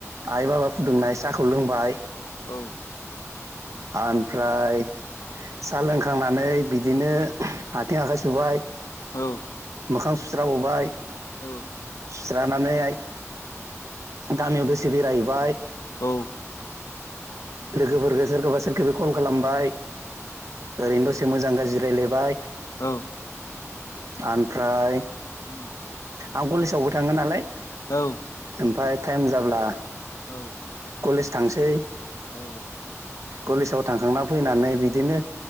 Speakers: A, on the right; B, on the left.
A: आइ बाबा फुदुंनाय साहाखौ लोंबाय
B: औ।
A: आमफ्राय सा लोंखांनानै बिदिनो आथिं आखाइ सुबाय।
B: औ
A: मोखां सुस्राबोबाय‌
B: औ।
A: स्रानानै गामियाव दसे बेरायहैबाय।
B: औ
A: लोगोफोरखौ सोरखौबा-सोरखौबि कल खालामबाय ओरैनो दसे मोजां गाज्रि रायलायबाय
B: औ
A: आमफ्राय
B: उम
A: आं कलेजावबो थाङो नालाय
B: औ।
A: ओमफाय टाइम जाब्ला
B: औ
A: कलेज थांसै
B: औ
A: कलेजाव थांखांना फैनानै बिदिनो